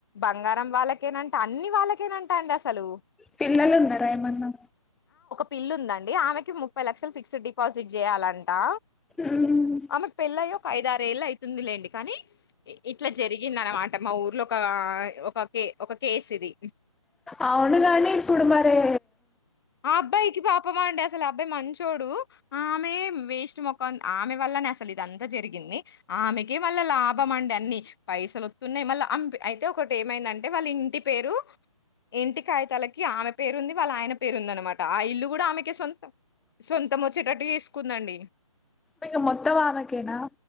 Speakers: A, on the left; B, in the centre.
A: బంగారం వాళ్ళకేనంట అన్ని వాళ్ళకేనంట అండి అసలు
B: పిల్లలున్నారా ఏమన్నా
A: పిళ్ళుందండి ఆమెకి ముప్పై లక్షలు ఫిక్స్డ్ డిపాజిట్ జేయాలంటా
B: మ్మ్
A: అమెకి పెళ్ళై ఒక ఐదారేళ్ళు అయితుంది లేండి కనీ ఇ ఇట్లా జరిగిందనమాట మా ఊర్లో ఒక అ ఒక కే ఒక కేసీది
B: అవును గనీ ఇప్పుడు మారే
A: ఆబ్బాయికి పాపం అండి అస్ అసలు అబ్బాయి మంచోడు ఆమె వేస్ట్ మొక్కం ఆమె వల్లనే అసలు ఇదంతా జరిగింది అ ఆమెకే వాళ్ళ లాభం అండి అన్ని పైసలోత్తున్నాయ్ మళ్ళ అంపి అయితే ఒకటేమైందంటే వాళ్ళ ఇంటి పె పేరు ఇంటి కాగితలకి ఆమె పేరు ఉంది వాళ్ళయన పేరుందనమాట ఆ ఇల్లు గూడ ఆమెకే సొంతం సొంతమొచ్చేటట్టు చెసుకుందండి
B: ఇగ మొత్తం ఆమెకేనా